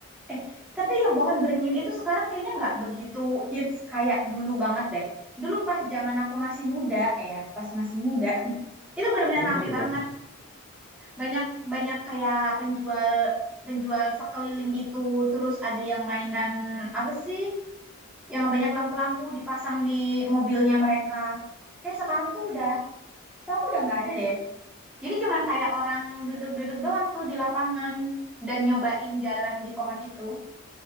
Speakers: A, in the centre; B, on the left.
A: eh, tapi yang pohon beringin itu sekarang kayaknya nggak begitu hits kayak dulu banget deh. Dulu pas zaman aku masih muda, eh ya, pas masih muda, itu benar-benar
B: Karena
A: rame
B: udah tua.
A: banget. Banyak banyak kayak penjual penjual sekeliling itu, terus ada yang mainan apa sih? yang banyak lampu-lampu dipasang di mobilnya mereka. Kayak sekarang tuh udah, setahu aku udah nggak ada deh. Jadi cuman kayak orang duduk-duduk doang tuh di lapangan dan nyobain jalan di pohon itu.